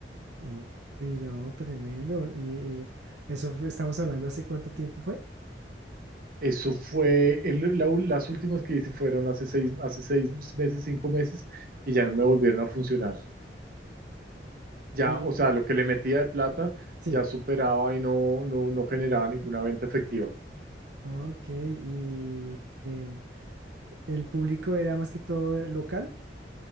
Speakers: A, on the right; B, on the right.
A: Uy, no, tremendo. Y eh, eso fue, estamos hablando hace cuánto tiempo fue.
B: Eso fue, el- la u- las últimas que hice fueron hace seis, hace seis meses, cinco meses, y ya no me volvieron a funcionar. Ya,
A: Y
B: o sea, lo que le metía de plata
A: sí.
B: ya superaba y no, no, no generaba ninguna venta efectiva.
A: Ok, y em, el público era más que todo local.